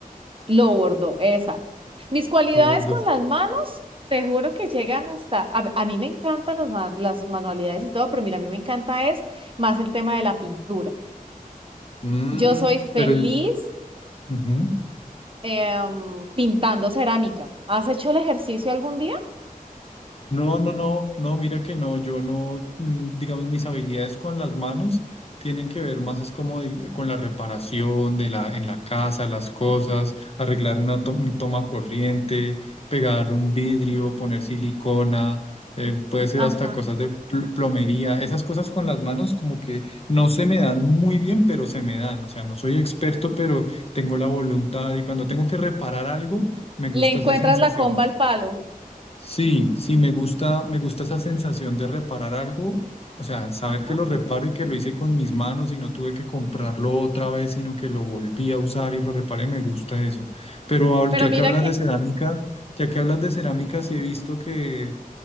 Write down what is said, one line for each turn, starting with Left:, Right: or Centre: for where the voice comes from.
Right: lo bordó, esa. Mis cualidades
Left: Lo bordó.
Right: con las manos, te juro que llegan hasta, a, a mí me encantan las, ma- las manualidades y todo, pero mira, a mí me encanta es más el tema de la pintura.
Left: Mm,
Right: Yo soy feliz
Left: pero, ujú.
Right: em, pintando cerámica. ¿Has hecho el ejercicio algún día?
Left: No, no, no, no, mira que no, yo no, mm, digamos, mis habilidades con las manos tienen que ver más es como di- con la reparación de la, en la casa, las cosas, arreglar una to- un toma corriente, pegar un vidrio, poner silicona, eh, puede ser
Right: Ajá.
Left: hasta cosas de pl- plomería, esas cosas con las manos como que no se me dan muy bien, pero se me dan, o sea, no soy experto, pero tengo la voluntad y cuando tengo que reparar algo, me gusta
Right: Le encuentras
Left: esa sensación
Right: la comba al palo.
Left: Sí, sí, me gusta, me gusta esa sensación de reparar algo, o sea, saber
Right: Ajá.
Left: que lo reparo y que lo hice con mis manos y no tuve que comprarlo otra vez, sino que lo volví a usar y lo reparé, me gusta eso. Pero ahor-
Right: Pero
Left: ya que
Right: mira
Left: hablas
Right: que,
Left: de cerámica, ya que hablas de cerámica, sí he visto que,